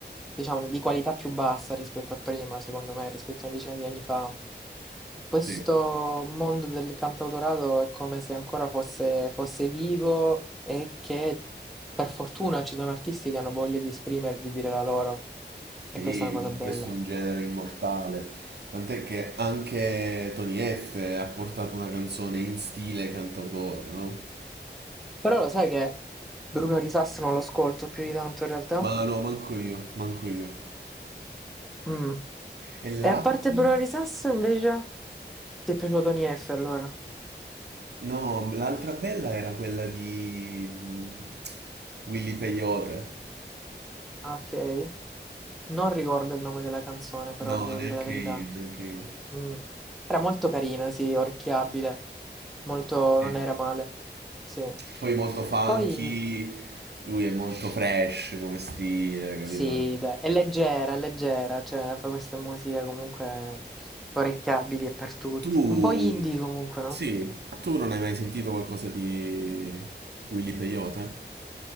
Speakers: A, in the centre; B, on the right.
A: diciamo, di qualità più bassa rispetto a prima, secondo me, rispetto a una decina di anni fa. Questo
B: Sì,
A: mondo del cantautorato è come se ancora fosse, fosse vivo e che per fortuna ci sono artisti che hanno voglia di esprimere, di dire la loro.
B: sì,
A: E questa è una
B: ma
A: cosa bella.
B: questo è un genere immortale. Tant'è che anche Tony F ha portato una canzone in stile cantautore, no?
A: Però lo sai che Bruno Risassi non lo ascolto più di tanto in realtà?
B: Ma no, manco io, manco io.
A: Mm.
B: E l'altro?
A: E a parte Bronary Sass invece, ti è piaciuto Tony F allora?
B: No, l'altra bella era quella di mm, Willy Peyote.
A: Ah, Ok. Non ricordo il nome della canzone, però
B: No,
A: ti devo
B: neanche
A: dire la verità.
B: io, neanche io.
A: Mm. Era molto carina, sì, orecchiabile. Molto,
B: Sì.
A: non era male. Sì.
B: Poi molto funky,
A: Poi,
B: lui è molto fresh come stile, capito?
A: sì, dai, è leggera, è leggera, cioè fa questa musica comunque orecchiabili e per tutti.
B: Tu,
A: Un po' indie comunque, no?
B: sì, tu non hai mai sentito qualcosa di Willy Peyote?